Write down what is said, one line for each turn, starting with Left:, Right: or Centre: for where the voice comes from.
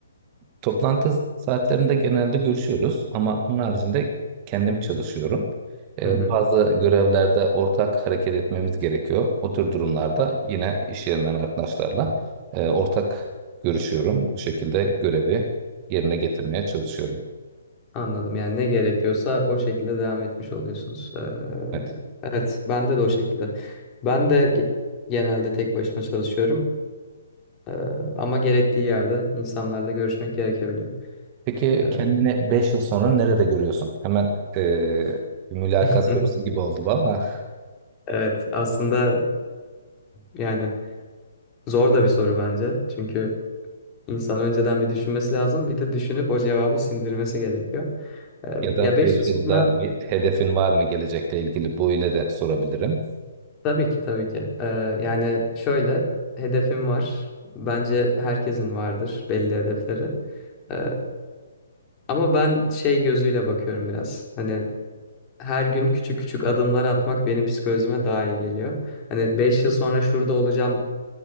Right: Toplantı saatlerinde genelde görüşüyoruz ama onun haricinde kendim çalışıyorum. Ee,
Left: Hı hı.
Right: bazı görevlerde ortak hareket etmemiz gerekiyor. O tür durumlarda yine iş yerinden arkadaşlarla e, ortak görüşüyorum. O şekilde görevi yerine getirmeye çalışıyorum.
Left: Anladım. Yani ne gerekiyorsa o şekilde devam etmiş oluyorsunuz. Ee,
Right: Evet.
Left: evet, bende de o şekilde. Ben de ge- genelde tek başıma çalışıyorum. Ee, ama gerektiği yerde insanlarla görüşmek gerekebiliyor.
Right: Peki
Left: Ee,
Right: kendini 5 yıl sonra nerede görüyorsun? Hemen e, bir mülakat
Left: <laughs>
Right: sorusu gibi oldu bu ama
Left: evet, aslında e, yani zor da bir soru bence. Çünkü İnsan önceden bir düşünmesi lazım. Bir de düşünüp o cevabı sindirmesi gerekiyor.
Right: <laughs>
Left: Ee,
Right: ya da
Left: ya 5
Right: beş
Left: yıl
Right: yılda
Left: sonra
Right: bir hedefin var mı gelecekle ilgili? Bu ile de sorabilirim
Left: tabii ki tabii ki. Ee, yani şöyle hedefim var. Bence herkesin vardır belli hedefleri. Ee, ama ben şey gözüyle bakıyorum biraz. Hani her gün küçük küçük adımlar atmak benim psikolojime daha iyi geliyor. Hani 5 yıl sonra şurada olacağım